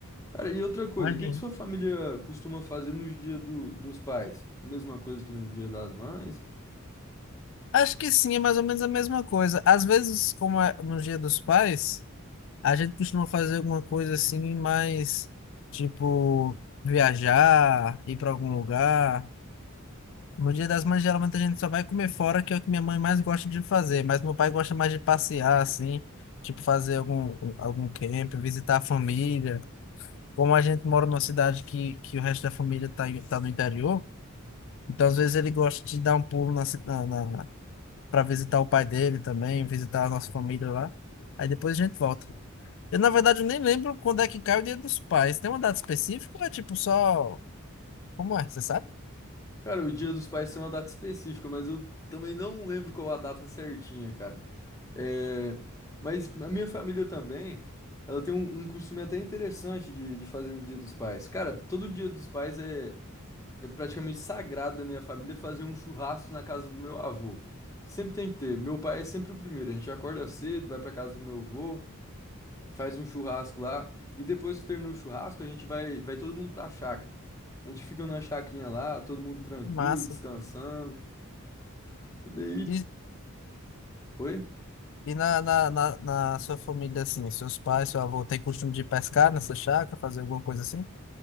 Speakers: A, on the left; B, on the left.
A: Cara, e outra coisa,
B: Imagina.
A: o que que sua família costuma fazer nos dias do, dos pais? Mesma coisa que no dia das mães?
B: Acho que sim, é mais ou menos a mesma coisa. Às vezes, como é no Dia dos Pais, a gente costuma fazer alguma coisa assim, mais tipo viajar, ir para algum lugar. No Dia das Mães, geralmente a gente só vai comer fora, que é o que minha mãe mais gosta de fazer, mas meu pai gosta mais de passear, assim, tipo fazer algum, algum camp, visitar a família. Como a gente mora numa cidade que, que o resto da família tá, em- tá no interior, então às vezes ele gosta de dar um pulo na, ci- na, na, para visitar o pai dele também, visitar a nossa família lá. Aí depois a gente volta. Eu, na verdade, eu nem lembro quando é que cai o Dia dos Pais. Tem uma data específica ou é tipo só. Como é? Você sabe?
A: Cara, o dia dos pais tem uma data específica, mas eu também não lembro qual a data certinha, cara. É, mas a minha família também, ela tem um, um costume até interessante de, de fazer no Dia dos Pais. Cara, todo Dia dos Pais é, é praticamente sagrado da minha família fazer um churrasco na casa do meu avô. Sempre tem que ter. Meu pai é sempre o primeiro. A gente acorda cedo, vai pra casa do meu avô, faz um churrasco lá. E depois que termina o churrasco, a gente vai, vai todo mundo pra chácara. A gente fica numa chacrinha lá, todo mundo tranquilo,
B: Massa.
A: descansando. E daí.
B: E,
A: Oi?
B: E na, na, na, na sua família, assim, seus pais, seu avô, tem costume de pescar nessa chácara, fazer alguma coisa assim?